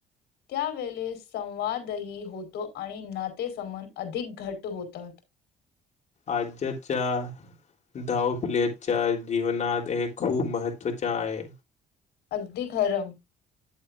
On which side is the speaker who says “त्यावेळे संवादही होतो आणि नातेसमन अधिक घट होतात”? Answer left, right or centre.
Left